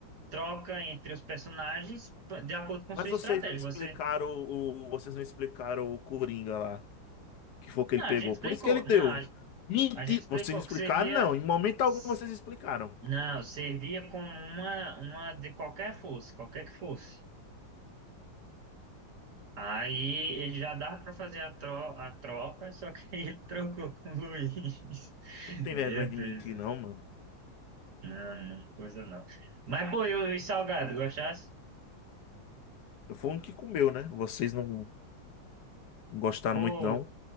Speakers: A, on the right; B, on the left.
A: Troca entre os personagens p- de acordo com
B: Mas
A: sua
B: vocês
A: estratégia.
B: não explicaram
A: Você,
B: o, o- vocês não explicaram o Coringa lá, que foi o que
A: não,
B: ele pegou.
A: a gente explicou.
B: Por isso que ele deu.
A: Não, a,
B: Mentir,
A: a gente explicou
B: vocês não explicaram,
A: que servia
B: não. Em momento algum
A: s-
B: vocês explicaram.
A: Não, servia como uma uma de qualquer fosse, qualquer que fosse. Aí ele já dava para fazer a, tro a troca, só que <laughs> ele trocou com o Luiz.
B: Tu
A: <laughs>
B: não tem
A: Aí
B: vergonha
A: é peso.
B: de mentir, não, mano.
A: Não, não, coisa não. Mas, pô, eu, e salgado, gostasse?
B: Foi um que comeu, né? Vocês não gostaram
A: Pô,
B: muito, não.